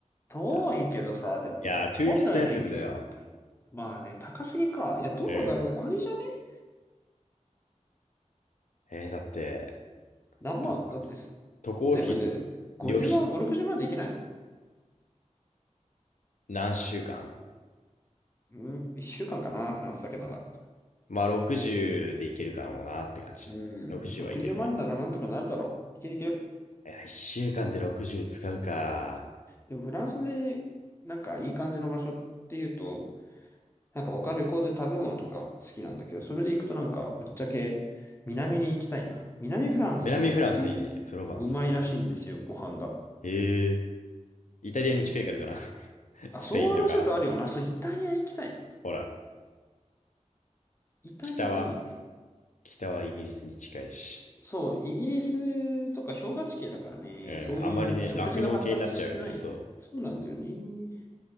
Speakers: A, on the left; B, on the left.
A: 遠いけどさ、
B: だ
A: でも、
B: いやー、too
A: 本来の意味で、
B: expensive だよ。
A: まあね、高すぎか。いや、どうだろう。
B: うん。
A: あれじゃね
B: えー、だって、
A: 何万だってす、
B: と、渡航費、
A: 全部で50万、
B: 旅費、
A: 5、60万でいけないの
B: 何週間
A: うん、1週間かんかな、フランスだけなら。
B: まあ60で行けるかもなって感じ。
A: うん、
B: 60はいけるね。
A: 60万ならなんとかなるだろう。いけるいける。
B: いや、一週間で60使うか。
A: でも、フランスで、なんかいい感じの場所っていうと、なんか僕は旅行で食べ物とか好きなんだけど、それで行くとなんか、ぶっちゃけ南に行きたいな。南フランスがね、
B: 南フランスいいね。
A: ラテンうまいらしいんですよ、
B: プロヴァンスとかね。
A: ご飯が。
B: へえ。イタリアに近いからかな。
A: そう。
B: <laughs>
A: あ、
B: スペインとか。
A: その説あるよな。そう、イタリア行きたい。
B: ほら、
A: イタリアいいよね。
B: 北は、北はイギリスに近いし。
A: そう、イギリスとか氷河地形だからね、
B: うん、
A: そういう食事が発達してない。
B: あんまりね、酪農系になっちゃうよね。そ
A: そうなんだよね。っ